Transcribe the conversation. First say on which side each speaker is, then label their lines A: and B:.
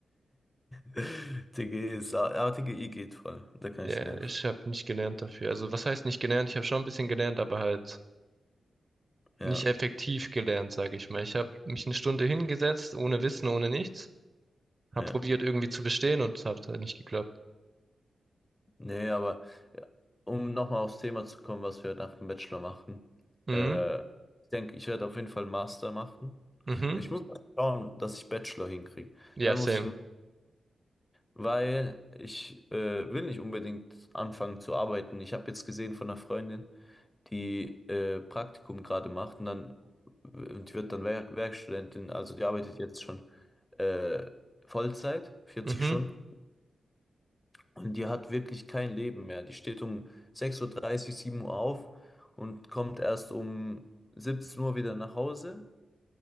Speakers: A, on the left; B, on the right.
A: <laughs> TG ist, aber TGI geht voll. Da kann
B: Ja,
A: ich dir helfen.
B: ich habe nicht gelernt dafür. Also was heißt nicht gelernt? Ich habe schon ein bisschen gelernt, aber halt nicht
A: Ja,
B: effektiv gelernt, sage ich mal. Ich habe mich eine Stunde hingesetzt, ohne Wissen, ohne nichts. Hab
A: ja.
B: probiert irgendwie zu bestehen und es hat halt nicht geklappt.
A: Nee, aber ja, um nochmal aufs Thema zu kommen, was wir nach dem Bachelor machen.
B: Mhm,
A: Äh, ich denke, ich werde auf jeden Fall einen Master machen.
B: mhm.
A: Ich muss mal schauen, dass ich Bachelor hinkriege.
B: Ja,
A: Dann
B: same.
A: muss ich machen, weil ich äh, will nicht unbedingt anfangen zu arbeiten. Ich habe jetzt gesehen von einer Freundin, die äh, Praktikum gerade macht und dann und die wird dann Werk Werkstudentin, also die arbeitet jetzt schon äh, Vollzeit, 40
B: Mhm.
A: Stunden und die hat wirklich kein Leben mehr. Die steht um 6.30 Uhr, 7 Uhr auf und kommt erst um 17 Uhr wieder nach Hause